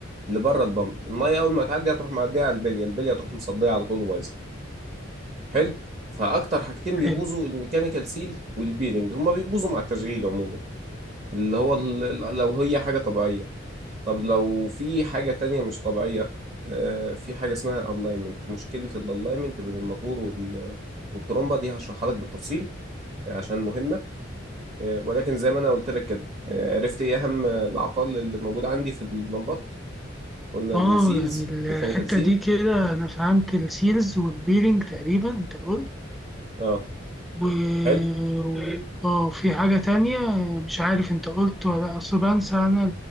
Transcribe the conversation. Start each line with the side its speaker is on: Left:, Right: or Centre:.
Right: لبره البامب الميه اول ما تعدي هتروح معديه على البليه البليه تروح مصديه على طول وبايظه حلو فاكتر حاجتين بيبوظوا
Centre: حلو
Right: الميكانيكال سيل والبيرنج هما بيبوظوا مع التشغيل عموما اللي هو ال- ال- لو هي حاجه طبيعيه طب لو في حاجة تانية مش طبيعية آه، في حاجة اسمها alignment مشكلة الalignment بين الموتور وال- والترمبة دي هشرحها لك بالتفصيل آه، عشان مهمة آه، ولكن زي ما أنا قلت لك كده آه، عرفت إيه أهم الأعطال اللي موجودة عندي في البمبات قلنا
Centre: اه
Right: السيلز
Centre: يعني الحتة
Right: ميكانيكال سيل
Centre: دي كده أنا فهمت السيلز والبيرنج تقريبا أنت قلت
Right: اه
Centre: و
Right: حلو
Centre: و- اه في حاجة تانية مش عارف أنت قلت ولا لأ، أصل بنسى أنا